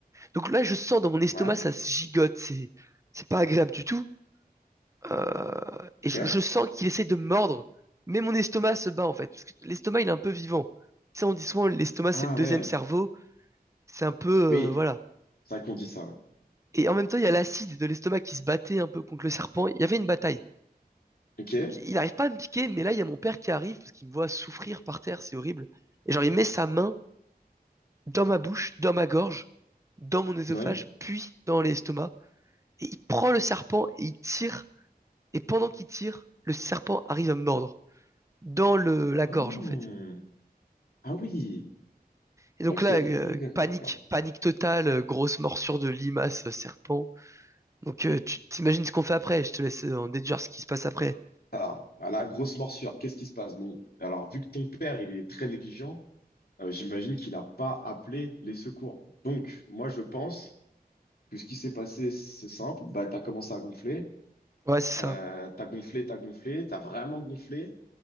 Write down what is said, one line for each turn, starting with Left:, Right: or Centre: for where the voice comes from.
Right: Donc là, je sens dans mon estomac,
Left: ouais,
Right: ça se gigote, c'est, c'est pas agréable du tout. Euh, et
Left: ok.
Right: je, je sens qu'il essaie de me mordre, mais mon estomac se bat en fait, parce que l'estomac il est un peu vivant. Tu sais, on dit souvent l'estomac
Left: Ah
Right: c'est le deuxième
Left: ouais,
Right: cerveau, c'est un peu, euh,
Left: oui,
Right: voilà.
Left: c'est vrai qu'on dit ça. ouais.
Right: Et en même temps, il y a l'acide de l'estomac qui se battait un peu contre le serpent. Il y avait une bataille.
Left: Ok,
Right: Donc, il n'arrive pas à me piquer, mais là, il y a mon père qui arrive parce qu'il me voit souffrir par terre, c'est horrible. Et genre, il met sa main dans ma bouche, dans ma gorge, dans mon œsophage,
Left: ouais.
Right: puis dans l'estomac. Et il prend le serpent et il tire. Et pendant qu'il tire, le serpent arrive à me mordre dans le, la
Left: Hmm.
Right: gorge en fait.
Left: Ah oui,
Right: Et donc
Left: ok,
Right: là, euh,
Left: d'accord,
Right: panique,
Left: d'accord.
Right: panique totale, euh, grosse morsure de limace, euh, serpent. Donc euh, tu t'imagines ce qu'on fait après, je te laisse euh, en déduire ce qui se passe après.
Left: Alors, à la grosse morsure, qu'est-ce qui se passe? Bon, alors, vu que ton père, il est très négligent, euh, j'imagine qu'il n'a pas appelé les secours. Donc, moi, je pense. que ce qui s'est passé, c'est simple, bah, tu as commencé à gonfler,
Right: Ouais, c'est
Left: euh,
Right: ça.
Left: tu as gonflé, tu as gonflé, tu as vraiment gonflé,